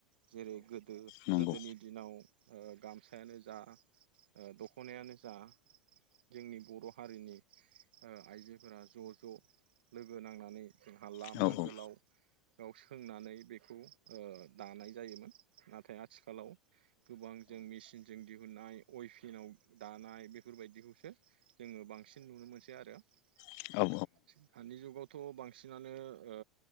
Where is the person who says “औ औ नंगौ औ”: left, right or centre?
Left